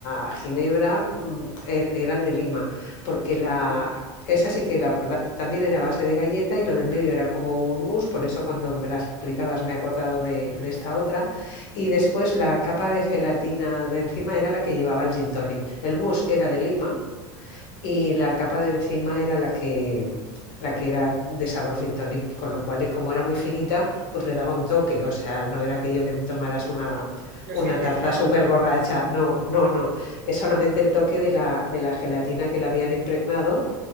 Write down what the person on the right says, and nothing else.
no.
Ah.
No
se apreciaba
mucho
el licor.
Vale.